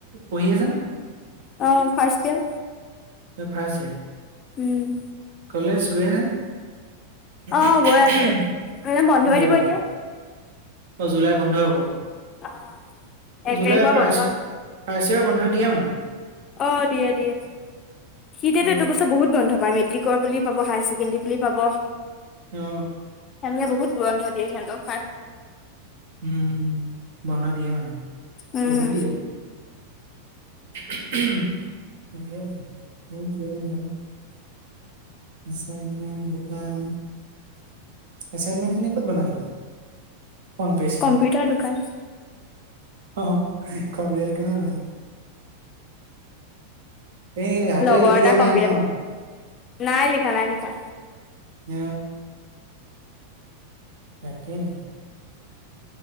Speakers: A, on the right; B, on the left.
A: পঢ়ি আছে নে
B: অ ফাৰ্ষ্ট ইয়েৰ
A: অ খাইছে
B: উম
A: কলেজ গৈ আছা নে <unintelligible>
B: অ গৈ আছে এনে বন্ধই
A: গৈ
B: দিব
A: আহো
B: এতিয়া
A: অ জুলাই বন্ধ হব
B: অ এক
A: জুলাই
B: তাৰিখৰ পৰা
A: ফাৰ্ষ্ট
B: বন্ধ আছে
A: ফাৰ্ষ্ট বন্ধ দিয়ে মানে
B: অ দিয়ে দিয়ে সিতেতে
A: অ
B: এইটো বছৰ বহুত বন্ধ বা মেট্ৰিকৰ বুলি পাব হায়াৰ ছেকেণ্ডেৰী বুলি পাব
A: অ অ
B: সেনেকে বহুত বন্ধ দিয়ে সিহতক
A: উম বন্ধ দিয়ে মানে
B: উম
A: বহুত দিয়ে তেন্তে <unintelligible> এছাইনমেন্ট গোটাই এচাইনমেন্ট খিনি ক'ত বনালি ফোন পাছ
B: কম্পিউটাৰ দোকান।
A: অহ কম্পিউটাৰ দোকানও বনালো এনে হাতেৰে
B: লগৰ
A: লিখি
B: এটা
A: দিয়া নাই
B: কম্পিউটাৰ
A: ন
B: নাই লিখা নাই লিখা।
A: নাই তাকেই